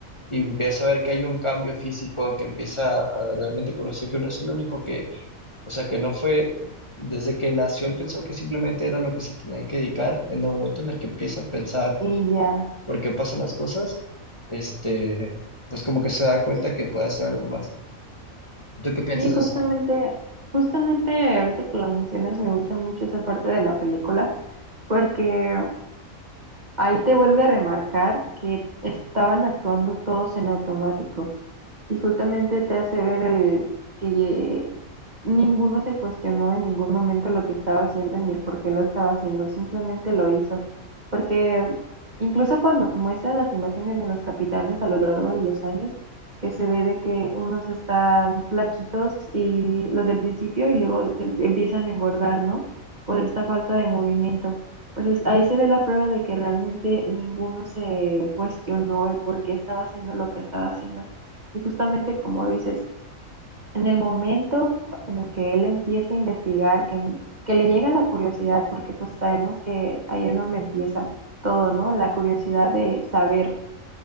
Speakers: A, on the left; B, on the right.
A: y empieza a ver que hay un cambio físico, que empieza a realmente conocer que no es el único que o sea que no fue, desde que nació él pensó que simplemente era lo que se tenía que dedicar. En el momento en el que empieza a pensar
B: Y ya.
A: por qué pasan las cosas, este, pues como que se da cuenta que puede hacer algo más. ¿Tú qué piensas
B: Sí, justamente,
A: de eso?
B: justamente ahorita que lo mencionas, me gusta mucho esa parte de la película, porque ahí te vuelve a remarcar que estaban actuando todos en automático y justamente te hace ver el que Ninguno se cuestionó en ningún momento lo que estaba haciendo ni el por qué lo estaba haciendo, simplemente lo hizo. Porque incluso cuando muestran las imágenes de los capitanes a lo largo de los años, que se ve de que unos están flaquitos y los del principio y luego se em- empiezan a engordar, ¿no? Por esta falta de movimiento. Pues es- ahí se ve la prueba de que realmente ninguno se cuestionó el por qué estaba haciendo lo que estaba haciendo. Y justamente como dices, en el momento en el que él empieza a investigar, que, que le llega la curiosidad, porque pues sabemos que ahí es donde empieza todo, ¿no? La curiosidad de saber.